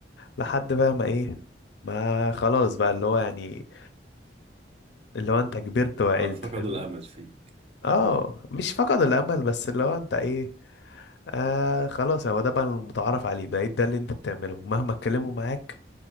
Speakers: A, on the left; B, on the right.
A: لحد بقى ما ايه ما خلاص بقى اللي هو يعني اللي هو انت كبرت وعقلت
B: خلاص، فقدوا
A: فاهمني
B: الامل فيه
A: اه مش فقد الامل بس اللي هو انت ايه آه خلاص هو ده بقى المتعارف عليه بقيت ده اللي انت بتعمله مهما اتكلموا معاك